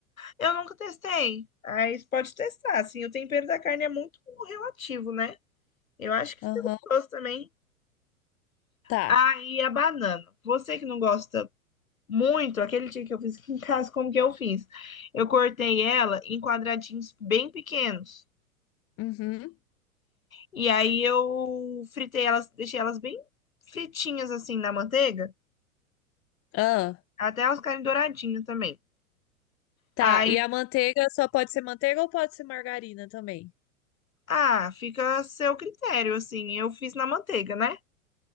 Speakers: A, on the left (about 70°); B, on the left (about 30°).
A: eu nunca testei. Aí você pode testar, assim. O tempero da carne é muito relativo, né? Eu acho que
B: Aham.
A: fica gostoso também.
B: Tá.
A: Aí a banana. Você que não gosta Muito, aquele dia que eu fiz aqui em casa, como que eu fiz? Eu cortei ela em quadradinhos bem pequenos.
B: Uhum.
A: E aí eu fritei elas, deixei elas bem fritinhas assim na manteiga,
B: Ah.
A: até elas ficarem douradinhas também.
B: Tá,
A: Aí,
B: e a manteiga só pode ser manteiga ou pode ser margarina também?
A: ah, fica a seu critério, assim. Eu fiz na manteiga, né?